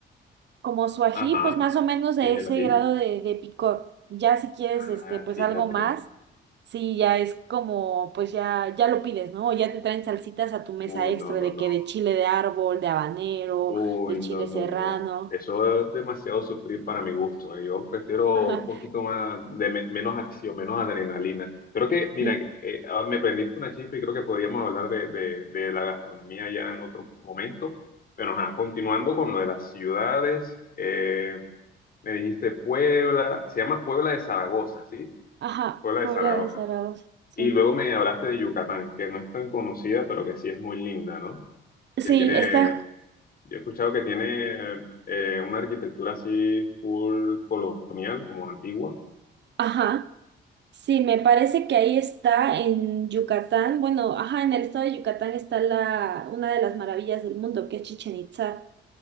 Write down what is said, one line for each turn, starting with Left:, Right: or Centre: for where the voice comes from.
Right: como su ají,
Left: Ajá.
Right: pues más o menos
Left: Sí,
Right: de
Left: el
Right: ese
Left: ají.
Right: grado de, de picor. Ya si quieres,
Left: Ah,
Right: este, pues
Left: fíjate.
Right: algo más, sí, ya es como, pues ya, ya lo pides, ¿no? O ya te traen salsitas a tu mesa
Left: Uy,
Right: extra
Left: no, no,
Right: de
Left: no.
Right: que de chile de árbol, de habanero,
Left: Uy,
Right: de chile
Left: no, no,
Right: serrano.
Left: no. Eso es demasiado sufrir para mi gusto. eh. Yo prefiero
Right: <laughs> Ajá,
Left: un poquito más de me- menos acción, menos adrenalina. Creo que, mira,
Right: sí.
Left: eh, ah, me prendiste una chispa y creo que podríamos hablar de, de- de la gastronomía ya en otro momento. Pero, ajá, continuando con lo de las ciudades, eh, me dijiste Puebla, se llama Puebla de Zaragoza, ¿sí?
Right: Ajá,
Left: Puebla de
Right: Puebla
Left: Zaragoza.
Right: de Zaragoza, sí.
Left: Y luego me hablaste de Yucatán, que no es tan conocida, pero que sí es muy linda, ¿no?
Right: Sí,
Left: Que tiene,
Right: está,
Left: yo he escuchado que tiene eh, una arquitectura así full colonial, como antigua.
Right: ajá. Sí, me parece que ahí está en Yucatán. Bueno, ajá, en el estado de Yucatán está la, una de las maravillas del mundo, que es Chichen Itzá.